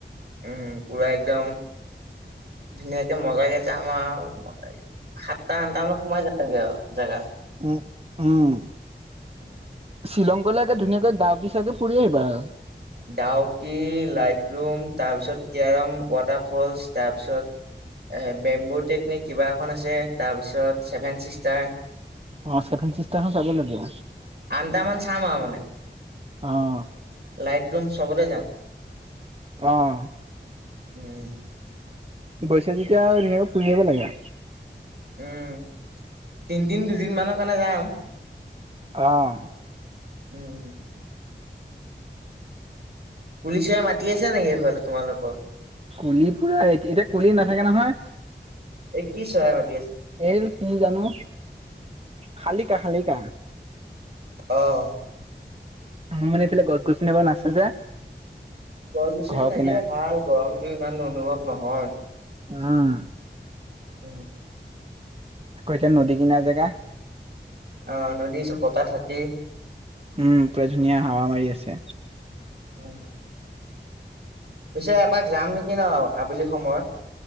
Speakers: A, on the right; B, on the right.
A: উম, পুৰা একদম- ধুনীয়াকে মজাকে যাম আৰ ম সাতটা আঠটা মানত সোমাই যামগৈ আৰু। জেগাত।
B: উম, উম।
A: <inaudible>
B: শ্বিলংলৈ গ'লে ধুনীয়াকৈ দাওকী চাওকি ফুৰি আহিবা আৰু।
A: ডাওকী লাইট। ৰুম তাৰপিছত কেৰম ৱাটাৰফলছ তাৰপিছত এ বেম্বো টেকনিক কিবা এখন আছে, তাৰপিছত ছেভেন ছিষ্টাৰ।
B: অ' ছেভেন চিষ্টাৰ খন চাব লাগীয়া।
A: আঠটামান চাম আৰু মানে।
B: আহ।
A: লাইট ৰুম চবতে যাম।
B: অহ'
A: উম।
B: গৈছা যেতিয়া ধুনীয়াকে ফুৰি আহিব লাগে।
A: উম, তিনদিন দুদিন মানৰ কাৰণে যাম।
B: আহ।
A: উম। কুলি চৰাই মাতি আছে নেকি সেইফালে তোমালোকৰ?
B: কুলি পুৰা এতি এতিয়া কুলি নাথাকে নহয়।
A: এই কি চৰাই মাত
B: এইল কি জানো শালিকা, শালিকা।
A: অহ'
B: মোৰ মানে এইফালে গছ গছনি অকণ আছে যে।
A: গছ গছনি
B: ঘৰৰ
A: থাকিলে
B: কিনাৰে
A: ভাল গৰমতো ইমান অনুভৱ নহয়।
B: উম।
A: উম,
B: আকৌ এতিয়া নদী কিনাৰ জেগা।
A: আহ নদীৰ ওচৰত বতাহ থাকেই।
B: উম, পোৰা ধুনীয়া হাৱা মাৰি আছে।
A: উম, পিছে এপাক যাম নেকি ন আবেলি সময়ত।